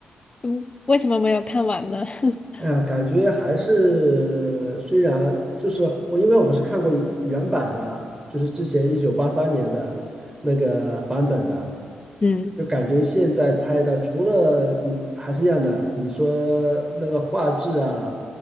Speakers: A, on the left; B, on the right.
A: 嗯为什么没有看完呢？<laughs>
B: 哎呀，感觉还是虽然就是我，因为我们是看过原原版的，就是之前一九八三年的那个版本的，
A: 嗯。
B: 就感觉现在拍的除了你还是一样的，你说那个画质啊，